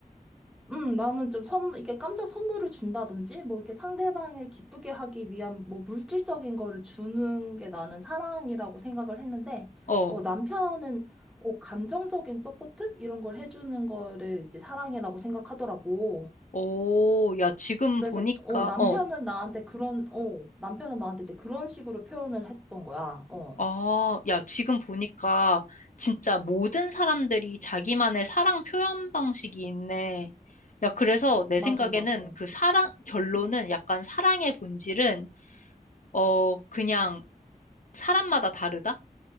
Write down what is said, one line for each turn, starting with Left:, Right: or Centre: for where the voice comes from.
Centre: 음, 나는 좀 선, 이렇게 깜짝 선물을 준다든지, 뭐 이렇게 상대방을 기쁘게 하기 위한 뭐 물질적인 거를 주는 게 나는 사랑이라고 생각을 했는데,
Left: 어.
Centre: 어, 남편은 어, 감정적인 서포트? 이런 걸 해주는 거를 이제 사랑이라고 생각하더라고.
Left: 오, 야, 지금
Centre: 그래서,
Left: 보니까,
Centre: 어, 남편은
Left: 어.
Centre: 나한테 그런, 어, 남편은 나한테 이제 그런 식으로 표현을 했던 거야. 어,
Left: 아, 야, 지금 보니까 진짜 모든 사람들이 자기만의 사랑 표현 방식이 있네. 야, 그래서 내
Centre: 맞아,
Left: 생각에는
Centre: 맞아.
Left: 그 사랑, 결론은 약간 사랑의 본질은, 어, 그냥 사람마다 다르다?